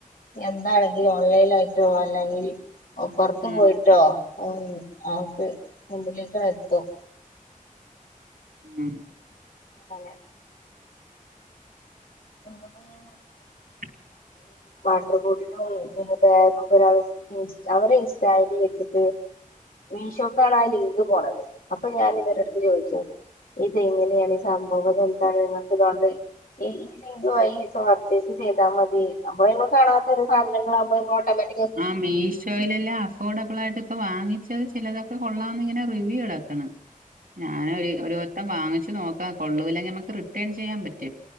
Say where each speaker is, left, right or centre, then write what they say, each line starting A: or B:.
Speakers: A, on the left (about 80°); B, on the right (about 80°).
A: എന്താണെങ്കിൽ ഓൺലൈൻ ആയിട്ടോ അല്ലെങ്കിൽ <unintelligible> പുറത്ത്
B: ഉം
A: പോയിട്ടോ ഉം ആക്ക് മുന്നിലേക്കു എത്തും
B: ഉം
A: ആഹ് അതെന്നെ
B: <inaudible>
A: <unintelligible> വാട്ടർമ്പോട്ടിലും ബാഗും ഒരാൾ അവര് ഇൻസ്റ്റായിൽ വെച്ചിട്ട് മീഷോക്കാണ് ആ ലിങ്ക് പോണത് അപ്പൊ ഞാൻ ഇവടെടുത്ത് ചോദിച്ചു ഇത് എങ്ങനെയാണ് സംഭവം എന്താണ് ഇങ്ങത്തെണ്ട് ഇത് വഴിപർച്ചേസ് ചെയ്താൽ മതി അപ്പൊ നമ്മള് കാണാത്ത ഒരു സാധനങ്ങളൾുമ്പോ മോഡല
B: ആഹ് മീ ഷോയിലെല്ലാം അഫോർഡബിൾ ആയിട്ട് ഷോയില് അഫോഡ ബളായിട്ട്ഇപ്പൊ വാങ്ങിച്ചത് ചിലതൊക്കെ കൊള്ളാംന്ന് ഇങ്ങനെ റിവ്യൂ ഇളക്ക്ണ് ഞാൻ ഒരുത്തം വാങ്ങിച്ച് നോക്കാ കൊള്ളൂല്ലെങ്കിൽ നമുക്ക് റിട്ടേൺ ചെയ്യാൻ പറ്റും